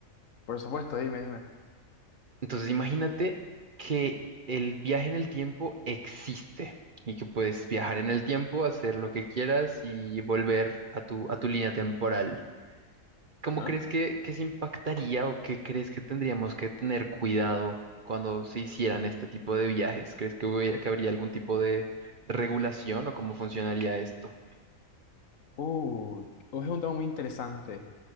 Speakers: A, on the left; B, on the right.
A: Por supuesto, dime, dime.
B: Entonces imagínate que el viaje en el tiempo existe y que puedes viajar en el tiempo, hacer lo que quieras y volver a tu, a tu línea temporal. ¿Cómo
A: ¿Ah?
B: crees que, que se impactaría o qué crees que tendríamos que tener cuidado cuando se hicieran este tipo de viajes? ¿Crees que, hubiera- que habría algún tipo de regulación o cómo funcionaría esto?
A: Uh, es un tema muy interesante.